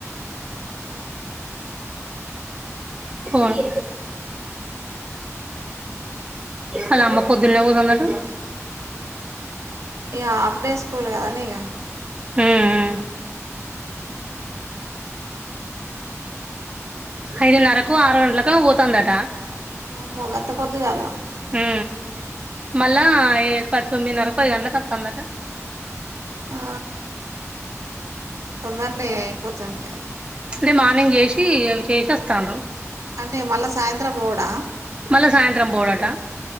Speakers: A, on the right; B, on the right.
A: ఆ
B: అను అలా అమ్మ పొద్దున్ననే పోతుందట
A: ఈగ హాఫ్ డే స్కూల్ కదా ఈగ
B: ఉ ఉ ఐదున్నర ఆరు గంటలలకు పోతుందట
A: వామ్మో గంత పొద్దుగాల
B: ఉ మల్ల పది తొమ్మిదిన్నర పది గంటలకులకు వస్తుందట
A: ఆ తొందర నే అయి పొత్తది ఇగ
B: అదే మార్నింగ్ చేసి చేసేస్తాను
A: అంటే మళ్ళా సాయంత్రం కూడా
B: మళ్ళా సాయంత్రం పోడట